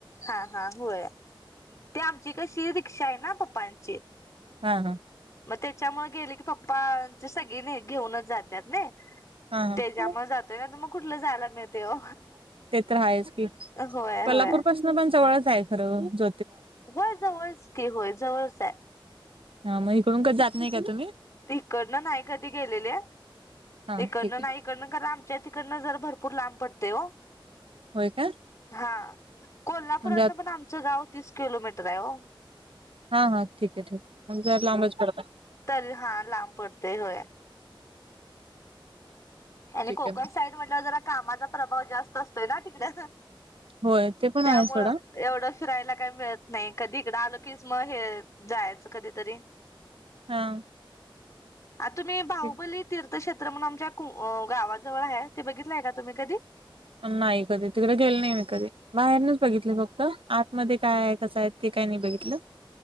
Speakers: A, on the left; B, on the right.
A: हा हा होय ते आमची कशी रिक्षा आहे ना पप्पांची
B: हा हा.
A: मग त्याच्यामुळे गेले की पप्पा सगळे नाही घेऊनच जातात ना
B: हा
A: त्याच्यामुळे
B: हा
A: जातोय ना तर मग कुठलं जायला मिळते हो
B: ते तर राहा आहेच की
A: होय
B: कोल्हापूर
A: होय
B: पासून पण जवळच आहे खरं ज
A: होय जवळच की होय जवळच आहे.
B: हा मग इकडून क जात नाही का तुम्ही.
A: इकडनं नाई कधी गेलेले
B: हा
A: इकडनं
B: ठीक आहे
A: नाईक तिकडन आमच्या तिकडन जर भरूर लांब पडतेय ओ.
B: होय का?
A: हा कोल्हापुरातन
B: म्हणजे
A: पण आमचं गाव तीस किलोमीटर आहे हो.
B: हा हा ठीक आहे ठीक आहे मग जर लांबाच पडत
A: तरी हा लांब पडते होय. आणि
B: ठीक
A: कोकण
B: आहे.
A: साईड म्हटलं जरा कामाचा प्रभाव जास्त असतोय ना तिकडे
B: होय ते पण
A: त्यामुळ
B: आहे सोडा
A: एवढं फिरायला काही मिळत नाही कधी इकडं आलो की मग हे जायचं कधीतरी
B: हा
A: आ तुम्ही बाहुबली
B: ते-
A: तीर्थक्षेत्र म्हणून आमच्या को.. गावाजवळ आहे. ते बघितलंय का तुम्ही कधी.
B: नाही कधी तिकडे गेल नाही मी कधी बाहेरनच बघितली फक्त आतमध्ये काय आहे कसं आहे ते काय नाही बघितलं?